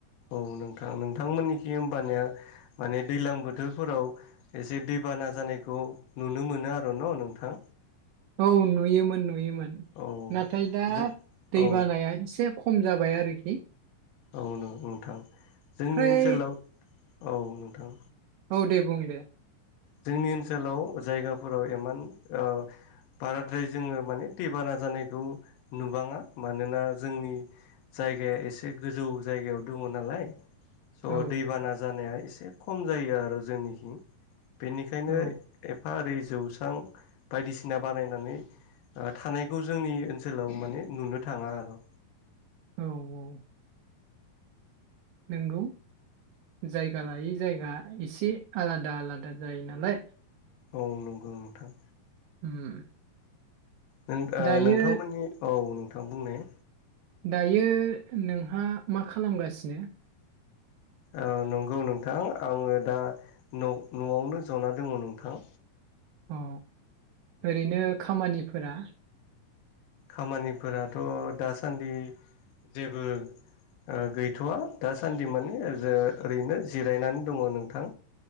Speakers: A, on the left; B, on the right.
A: औ नोंथां नोंथांमोननिखि होमबानिया माने दै्लां बोथोरफोराव एसे दैबाना जानायखौ नुनो मोनो आरो न' नोंथां
B: औ नुयोमोन नुयोमोन
A: औ
B: नाथाय दा
A: जो
B: दै
A: औ
B: बानाया एसे खम जाबाय आरोखि।
A: औ नो नोंथां जोंनि
B: फ्राय
A: ओनसोलाव औ नोंथां
B: औ दे बुं दे
A: जोंनि ओनसोलाव जायगाफोराव इमान ओह बाराद्राय जोङो माने दैबाना जानायखौ नोबाङा मानोना जोंनि जायगाया एसे गोजौ जायगायाव दङ नालाय स'
B: औ
A: दैबाना जानाया एसे खम जायो आरो जोंनिथिं। बेनिखायनो
B: औ
A: एफा ओरै जौस्रां बायदिसिना बानायनानै थानायखौ जोंनि ओनसोलाव माने नुनो थाङा आरो।
B: औ औ नोंगौ जायगा लायै जायगा एसे आलादा आलादा जायो नालाय
A: औ नंगौ नोंथां
B: उम
A: नों ओ
B: दायो
A: नोंथांमोननि औ बेखौ बुंनाय
B: दायो नोंहा मा खालामगासिनो?
A: ओ नंगौ नोंथां आङो दा न'-न'आवनो जना दङ नोंथां
B: अ ओरैनो खामानिफोरा
A: खामानिफोराथ' दासान्दि जेबो ओ गैथ'वा दासान्दि माने ओरैनो जिरायनानै दङ नोंथां।